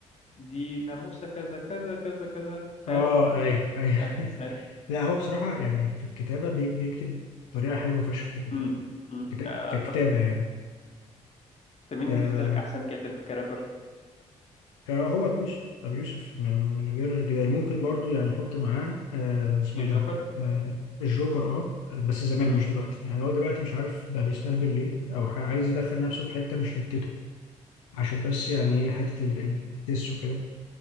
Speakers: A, on the left (about 40°); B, on the left (about 80°).
A: دي ناموسه كذا كذا كذا كذا فاهم؟
B: اه ايوه ايوه
A: آه،
B: <laughs>
A: آه.
B: لا هو بصراحة يعني في الكتابة بي- بيكتب بطريقة حلوة فشخ يعني
A: امم امم
B: كت-
A: آه،
B: ككتابة
A: اتفق
B: يعني
A: انت مين
B: آه
A: بالنسبه لك احسن كاتب كرابر
B: كان هو أبي يوسف أبي يوسف من من غير جدال ممكن برضو يعني أحط معاه آه اسمه
A: الجوكر
B: إيه ده آه الجوكر أه بس زمان
A: امم
B: مش دلوقتي يعني هو دلوقتي مش عارف بقى بيستهبل ليه أو ح- عايز يدخل نفسه في حتة مش حتته عشان بس يعني إيه حتة ال- الدس وكده